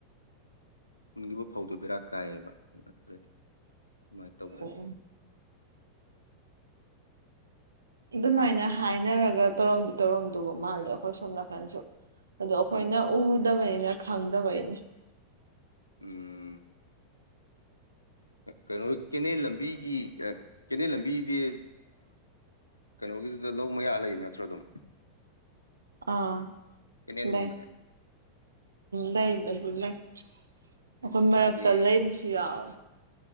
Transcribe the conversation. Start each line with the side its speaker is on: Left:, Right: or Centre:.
Left: ꯎꯟꯒꯤꯕꯨ ꯐꯧꯗꯨꯣ ꯕꯦꯔꯥ ꯀꯥꯏꯌꯦꯕ ꯑꯗꯨ ꯅꯠꯇ꯭ꯔꯗꯤ ꯑꯗꯨꯃꯥꯏꯅ ꯇꯧꯗꯗꯤ
Right: ꯎꯝ ꯑꯗꯨꯃꯥꯏꯅ ꯍꯥꯏꯅꯔꯒ ꯇꯧꯔꯝꯗꯤ ꯇꯧꯔꯝꯗꯕ ꯃꯥꯜꯂꯦ ꯑꯩꯈꯣꯏ ꯁꯣꯝ ꯅꯥꯀꯟꯁꯨ ꯑꯗꯣ ꯑꯩꯈꯣꯏꯅ
Left: ꯎꯝ
Right: ꯎꯔꯨꯗꯕꯅꯤꯅ ꯈꯪꯗꯕꯩꯅꯤ
Left: ꯎꯝ ꯀꯩꯅꯣ ꯀꯦꯅꯦꯜ ꯂꯝꯕꯤꯒꯤ ꯀꯦꯅꯦꯜ ꯂꯝꯕꯤꯒꯤꯗꯤ ꯀꯩꯅꯣꯒꯤꯗꯨꯗ ꯂꯧ ꯃꯌꯥ ꯂꯩꯔꯤꯕꯥ ꯅꯠꯇ꯭ꯔꯣ ꯑꯗꯨꯝ
Right: ꯑꯥ
Left: ꯀꯦꯅꯦꯟꯒꯨꯝꯕꯗꯤ
Right: ꯂꯩ ꯂꯩ ꯑꯗꯨ ꯂꯩ ꯑꯩꯈꯣꯏ ꯃꯔꯛꯇ
Left: ꯍꯥꯏꯗꯤ
Right: ꯂꯩꯕꯁꯨ ꯌꯥꯎꯋꯦ